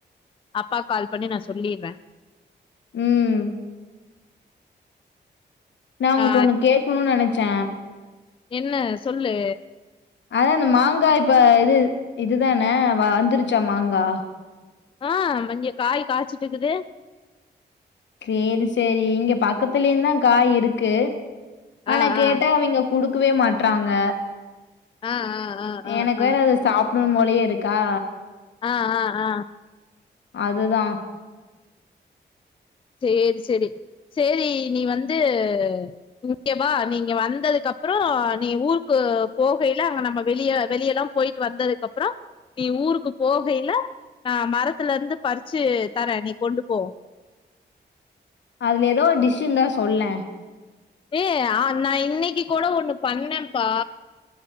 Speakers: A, on the left; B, on the left.
A: அப்பாக் கால் பண்ணி நா சொல்லிற்றே
B: ம் நா உங்
A: ஆ
B: கட்ட ஒண்ணு கேட்கணுனு நெனச்சே
A: என்ன சொல்லு
B: அதா இந்த மாங்காய் இப்ப இது இதுதான வ வந்துருச்சா மாங்கா
A: ஆ பங்ய காய் காய்ச்சுட்ருக்குது
B: சேரி சேரி இங்க பக்கத்துலயுதா காய் இருக்கு ஆனா
A: ஆ
B: கேட்டா
A: ஆ
B: அவிங்க குடுக்கவே மாட்றாங்க
A: ஆ ஆ ஆ ஆ
B: எனக்கு வேற அது சாப்டுன் போலயே இருக்கா
A: ஆ ஆ ஆ
B: அதுதா
A: சேரி சேரி சேரி நீ வந்து இங்கெவா நீ இங்க வந்ததுக்கப்பறோ நீ ஊருக்கு போகைல அங்க நம்ம வெளிய வெளியெல்லா போயிட்டு வந்ததுக்கப்பறோ நீ ஊருக்கு போகைல நா மரத்துல இருந்து பறிச்சி தர்ரே நீ கொண்டு போ
B: அதுல எதோ டிஷ்ஷிருந் தா சொல்லே
A: ஏ ஆ நா இன்னக்கி கூட ஒண்ணு பண்ணேப்பா